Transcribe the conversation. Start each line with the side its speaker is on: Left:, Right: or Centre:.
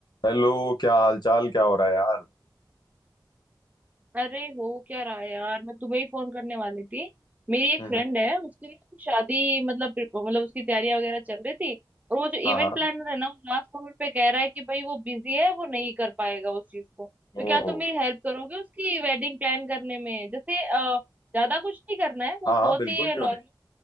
Left: Hello क्या हालचाल क्या हो रहा है यार
Right: अरे हो क्या रहा है यार मैं तुम्हें ही फोन करने वाली थी मेरी एक
Left: हम्म
Right: फ्रेंड
Left: हम्म,
Right: है उसकी ना शादी मतलब प्रिप- मतलब उसकी तैयारियां वगैरह चल रही थी और वो जो
Left: हाँ
Right: इवेंट
Left: हाँ
Right: प्लानर है ना वो लास्ट मोमेंट पे कह रहा है कि भाई वो बिजी है वो नहीं कर पाएगा उस चीज को तो
Left: ओ
Right: क्या तुम मेरी हेल्प करोगे उसकी वेडिंग प्लान करने में जैसे अ, ज्यादा कुछ नहीं करना है वो
Left: हाँ हाँ
Right: बहुत
Left: बिल्कुल
Right: ही
Left: क्यों
Right: नॉर्मल
Left: नहीं